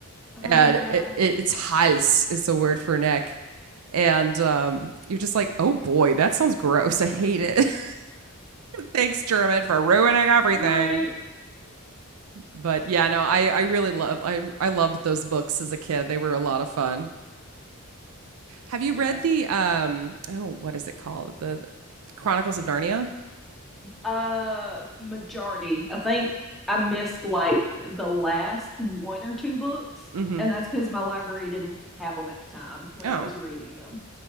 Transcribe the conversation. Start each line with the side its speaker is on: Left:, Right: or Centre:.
Centre: Oh
Right: and
Centre: wow.
Right: it, it, it's hals is the word for neck. And um, you're just like, oh boy, that sounds gross. I hate it. <laughs> Thanks, German, for ruining everything.
Centre: Right.
Right: But yeah, no, I, I really love I I loved those books as a kid. They were a lot of fun. Have you
Centre: Yeah.
Right: read the um oh what is it called? The, the Chronicles of Narnia?
Centre: Uh, majority. I think I missed like the last one or two books,
Right: Mm-hmm.
Centre: and that's because my library didn't have them at the time when
Right: Oh, well,
Centre: I was reading them.